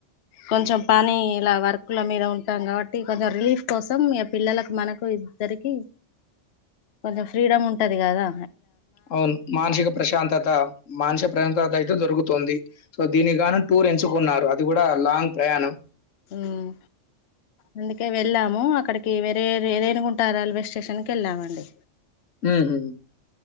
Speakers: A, on the left; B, on the left.
A: కొంచం పన్ని లా, వర్క్ లా మీద ఉంటాం గాబట్టి. కొంచం రిలీఫ్ కోసం య పిల్లలకు మనకు. ఇద్దరికి
B: ఆ.
A: కొంచం ఫ్రీడమ్ ఉంటాది గదా
B: అవును మానసిక ప్రశాంత మానసిక ప్రశాంత అయి తే దొరుకుతుంది సో దీని గా నాన్ టూర్ ఎంచుకున్నారు అది గూడా లాంగ్ ప్రయాణం
A: హ్మ్. అందుకే వెళ్ళాము అక్కడికి వేరే రేనుగుంట రైల్వే స్టేషన్ కి ఎల్లాం అండి
B: ఉ హు హ్మ్మ్